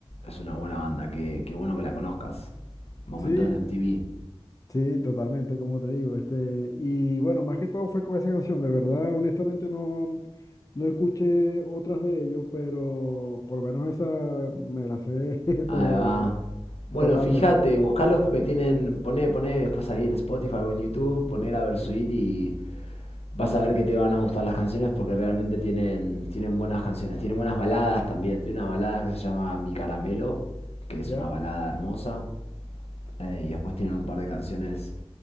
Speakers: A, on the left; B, on the left.
A: es una buena banda, qué qué bueno que la conozcas. Momentos
B: Sí,
A: de MTV.
B: sí, totalmente, como te digo. Este, y bueno, más que todo fue con esa canción. De verdad, honestamente, no, no escuché otras de ellos, pero por lo menos esa me la sé,
A: Ahí
B: <laughs> pero
A: va. Bueno,
B: totalmente.
A: fíjate, buscalos porque tienen, poné, poné después ahí en Spotify o en YouTube, poné
B: Ujú,
A: la Versuit
B: ujú.
A: y vas a ver que te van a gustar las canciones porque realmente tienen, tienen buenas canciones, tienen buenas baladas también. Tiene una balada que se llama Mi Caramelo, que es
B: ¿ya?
A: una balada hermosa, eh, y después tienen un par de canciones